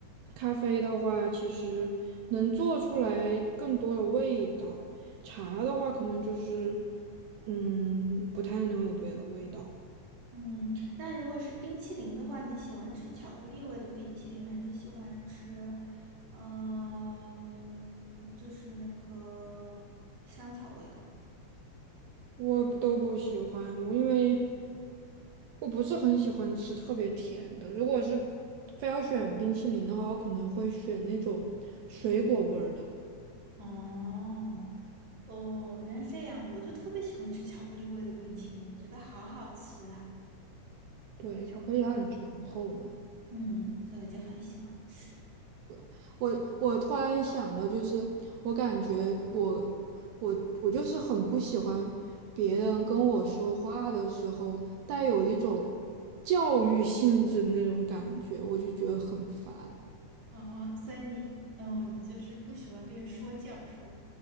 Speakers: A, on the right; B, on the right.
A: 咖啡的话，其实能做出来更多的味道，茶的话可能就是，嗯，不太能有别的味道，
B: 嗯，那如果是冰淇淋的话，你喜欢吃巧克力味的冰淇淋，还是喜欢吃，嗯、就是那个香草味的？
A: 我都不喜欢，我因为我不是很喜欢吃特别甜的，如果是非要选冰淇淋的话，我可能会选那种水果味儿的，
B: 哦，哦，原来是这样，我就特别喜欢吃巧克力味的冰淇淋，我觉得好好吃啊。
A: 对，巧克力它很醇厚嘛。
B: 嗯，所以我就很喜欢吃。
A: 对我我突然想到，就是我感觉我我我就是很不喜欢别人跟我说话的时候带有一种教育性质的那种感觉，我就觉得很烦。
B: 哦，所以你，嗯，你就是不喜欢别人说教，是吧？